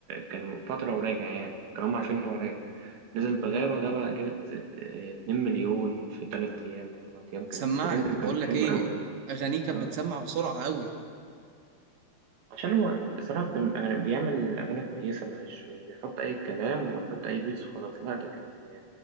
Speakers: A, on the right (about 85°); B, on the right (about 55°).
A: كانوا فترة وراجع يعني كانوا هم عارفين إن هو راجع نزل بغابة غابة جابت آه، اتنين مليون في تلات أيام ولا أربع أيام كانت
B: سمعت
A: ترند وكانت
B: بقول لك
A: حلوة
B: ايه
A: أوي
B: اغانيه كانت
A: اه
B: بتسمع بسرعة قوي
A: عشان هو بصراحة كان أغاني بيعمل أغاني كويسة ما مش مش بيحط أي كلام ويحط أي بيتس وخلاص لا ده كان بي